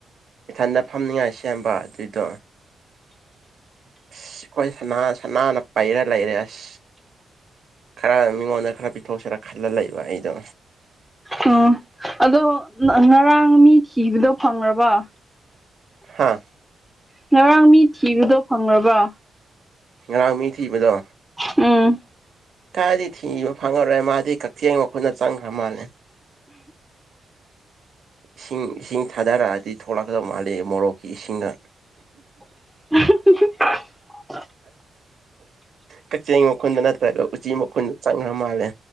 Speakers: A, on the right; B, in the centre.
A: ꯏꯊꯟꯗ ꯐꯝꯅꯤꯉꯥꯏ ꯁꯦꯝꯕ ꯑꯗꯨꯏꯗꯣ ꯑꯁ ꯑꯩꯈꯣꯏ ꯁꯅꯥ ꯁꯅꯥꯅ ꯄꯩꯔ ꯂꯩꯔꯦ ꯑꯁ ꯈꯔ ꯃꯤꯉꯣꯟꯗ ꯈꯔ ꯄꯤꯊꯣꯛꯁꯤꯔ ꯈꯜꯂ ꯂꯩꯕ ꯑꯩꯗꯣ
B: ꯎꯝ ꯑꯗꯣ ꯉꯔꯥꯡ ꯃꯤ ꯊꯤꯕꯗꯣ ꯐꯪꯕ
A: ꯍꯝ
B: ꯉꯔꯥꯡ ꯃꯤ ꯊꯤꯕꯗꯣ ꯐꯪꯕ
A: ꯉꯔꯥꯡ ꯃꯤ ꯊꯤꯕꯗꯣ
B: ꯎꯝ
A: ꯀꯥꯏꯗꯤ ꯊꯤꯕ ꯐꯪꯉꯔꯣꯏ ꯃꯥꯗꯤ ꯀꯛꯆꯦꯡ ꯃꯈꯨꯠꯅ ꯆꯪꯈ꯭ꯔ ꯃꯥꯜꯂꯦ ꯏꯁꯤꯡ ꯏꯁꯤꯡ ꯊꯥꯗꯔꯛꯑꯗꯤ ꯊꯣꯛꯂꯛꯀꯗꯧ ꯃꯥꯜꯂꯤ ꯃꯣꯔꯣꯛꯀꯤ ꯏꯁꯤꯡꯗ
B: <unintelligible>
A: ꯀꯛꯆꯤꯡ ꯃꯈꯨꯜꯗ ꯅꯠꯇ꯭ꯔꯒ ꯎꯆꯤ ꯃꯈꯨꯟꯗ ꯆꯪꯈ꯭ꯔ ꯃꯥꯜꯂꯦ